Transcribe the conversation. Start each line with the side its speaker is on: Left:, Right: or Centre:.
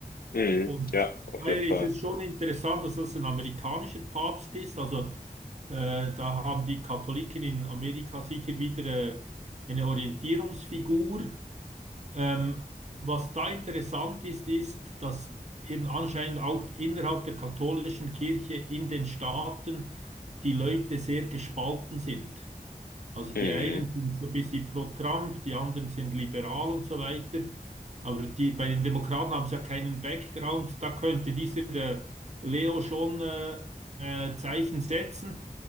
Left: Mhm,
Right: Und
Left: ja, auf
Right: daher
Left: jeden Fall.
Right: ist es schon interessant, dass das ein amerikanischer Papst ist. Also äh, da haben die Katholiken in Amerika sicher wieder äh, eine Orientierungsfigur. Ähm, was da interessant ist, ist, dass eben anscheinend auch innerhalb der katholischen Kirche in den Staaten die Leute sehr gespalten sind. Also die
Left: Mhm,
Right: einen sind so ein bisschen pro Trump, die anderen sind liberal und so weiter. Aber die, bei den Demokraten haben sie ja keinen Background. Da könnte dieser äh, Leo schon äh, äh, Zeichen setzen.